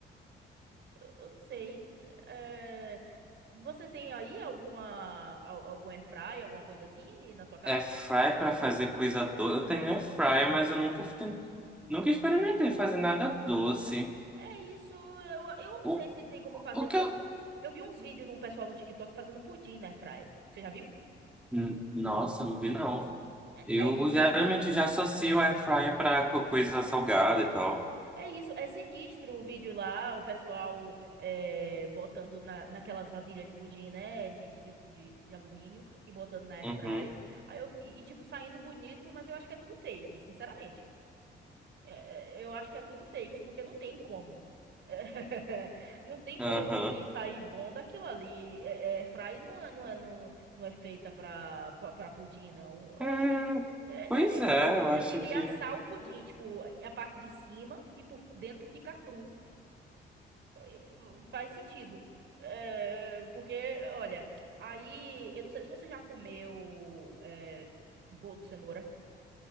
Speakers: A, on the right; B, in the centre.
A: Eu, eu não sei. É, você tem aí alguma, al- algum airfry, alguma coisa assim na sua casa?
B: É fry pra fazer coisa doce. Eu tenho air fry, mas eu nunca, ten- nunca experimentei fazer nada doce.
A: É isso, eu, eu não
B: O,
A: sei se tem como fazer,
B: o
A: porque
B: que eu...
A: eu, eu vi uns vídeos de um pessoal no TikTok fazendo pudim na airfry. Você já viu?
B: Hum, Nossa, não vi não.
A: É,
B: Eu
A: é
B: geralmente
A: é sinistro.
B: já associo air fryer pra co- coisa salgada e tal.
A: É isso, é sinistro o vídeo lá, o pessoal é, botando na, naquelas vasilhas de pudim, né? De, de, de, de alumínio e botando na airfry.
B: Uhum,
A: Aí eu, e, e, tipo, saindo bonito, mas eu acho que é tudo fake, sinceramente. É, é, eu acho que é tudo fake, porque não tem como. <laughs> Não tem como
B: aham.
A: um pudim sair bom daquilo ali. É, é, fry não é, não é, não, não é feita pra, pra, pra pudim, não. Oxi.
B: Hum,
A: É,
B: pois
A: é, é,
B: é,
A: é,
B: eu acho
A: ela iria
B: que...
A: assar o pudim, tipo, a parte de cima e por dentro fica cru. É, f- Faz sentido. É, porque, olha, aí, eu não sei se você já comeu é, bolo de cenoura.